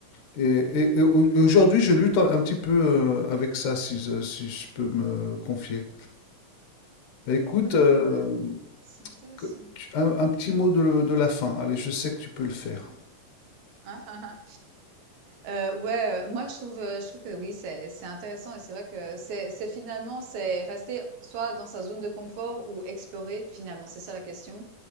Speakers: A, on the left; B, on the right.
A: Et, et- et au- aujourd'hui, je lutte un, un petit peu euh, avec ça, si je, si je peux me confier. Bah, écoute,
B: OK,
A: euh,
B: ouais. C'est intéressant.
A: que- tu- un, un petit mot de, le- de la fin. Allez, je sais que tu peux le faire.
B: <laughs> Ah, ah, ah. Euh, ouais, euh, moi je trouve, euh, je trouve que oui, c'est c'est intéressant et c'est vrai que c'est c'est finalement c'est rester soit dans sa zone de confort ou explorer finalement, c'est ça la question.